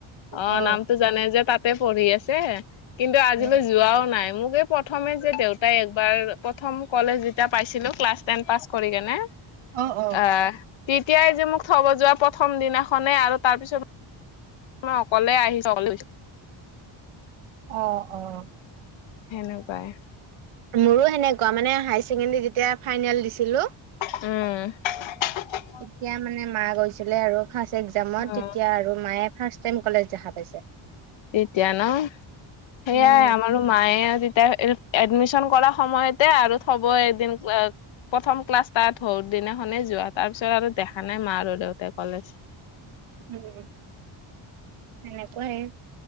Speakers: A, on the left; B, on the right.
A: অহ',
B: অ
A: -নামটো- জানে যে তা'তে পঢ়ি আছে, কিন্তু আজিলৈ
B: উম
A: যোৱাও নাই। মোক এই প্ৰথমে যে দেউতাই একবাৰ প্ৰথম কলেজ যেতিয়া পাইছিলো ক্লাছ টেন পাছ কৰি কিনে।
B: অ অ
A: অহ', - তেতিয়াই যে মোক থব যোৱা প্ৰথম দিনাখনে আৰু তাৰ পিছত- মই অকলে আহিছো অকলে।
B: অঁহ ', -অঁহ ',।
A: সেনেকুৱাই।
B: মোৰো সেনেকুৱা। মানে হাই ছেকেণ্ডাৰী যেতিয়া ফাইনেল দিছিলো।
A: উমঁ।
B: তেতিয়া মানে মাঁয়ে গৈছিলে আৰু। ফাৰ্ষ্ট এক্জামত
A: অ'
B: তেতিয়া আৰু মাঁয়ে ফাৰ্ষ্ট টাইম কলেজ দেখা পাইছে।
A: এতিয়া ন। সেইয়াই
B: উম।
A: আমাৰো- মাঁয়ে তেতিয়া এডমিশন কৰা সময়তে আৰু থব এদিন যাওঁতে। প্ৰথম ক্লাছ তা'ত দিনাখনে যোৱা তাৰ পিছত আৰু দেখা নাই মাঁ আৰু দেউতাই কলেজ।
B: উম' এনেকুৱাই।